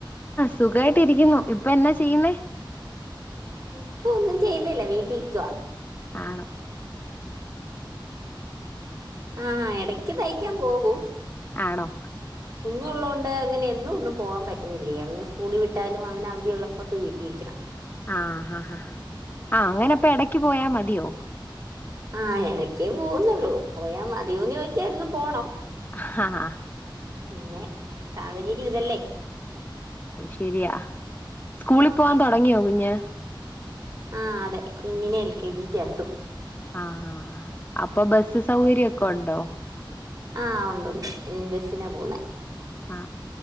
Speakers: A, on the left (about 20°); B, on the right (about 45°).
A: സുഖയിട്ട് യിക്കുന്നു ഇപ്പൊ എന്നാ ചെയ്യുന്നേ
B: ഇപ്പൊന്നും ചെയ്യുന്നില്ല വീട്ട്ലിരിക്കുവാ
A: ആ
B: ആ എടക്ക് തൈക്കാൻ പോകും
A: ആണോ
B: ഇഞ്ഞു ഉള്ളോണ്ട് അങ്ങനെ എന്നൊന്നും പോവാൻ പറ്റുന്നില്ല്യ പിന്നെ സ്കൂൾ വിട്ടാലും അവനു അവധി ഉള്ളപ്പോയൊക്കെ വീട്ടിലിരിക്കണം
A: ആ ഹാ ഹാ അങ്ങനെ പ്പൊ എടക്ക് പോയാൽ മതിയോ
B: ആ എടക്ക് പോവുംന്നൊള്ളൂ പോയാൽ മതിയോന്ന് ചോ എന്നും പോണം
A: ഹഹാ
B: പിന്നെ സാഹചര്യം ഇതല്ലേ
A: ശെരിയാ സ്കൂളിൽ
B: അതെ
A: പോവാൻ തൊടങ്ങിയോ കുഞ്ഞ്?
B: ആഹ് അതെ കുഞ്ഞിനെ എൽ കെ ജി ചേർത്തു.
A: ആ അപ്പൊ ബസ് സൗകര്യക്കൊ ണ്ടോ?
B: ആ ഉണ്ട് ഉണ്ട് ഉം ബെസിനാ പോവുന്നെ
A: ആ